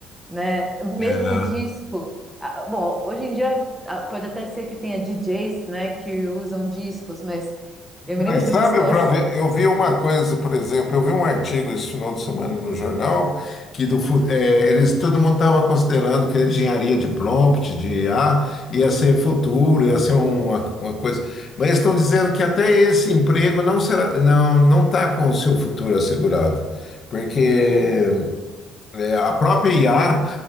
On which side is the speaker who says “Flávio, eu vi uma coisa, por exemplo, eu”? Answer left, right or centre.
Left